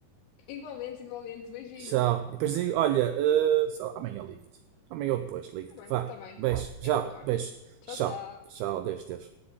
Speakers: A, on the left (about 75°); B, on the right (about 80°).
A: Igualmente, igualmente, beijinhos.
B: Tchau. E depois digo, olha, eh, sei lá, amanhã ligo-te. Amanhã ou depois ligo-te.
A: Tá bem,
B: Vá,
A: tá bem.
B: beijo, tchau,
A: Eu aguardo.
B: beijo,
A: Tchau,
B: tchau,
A: tchau.
B: tchau, Deus, Deus.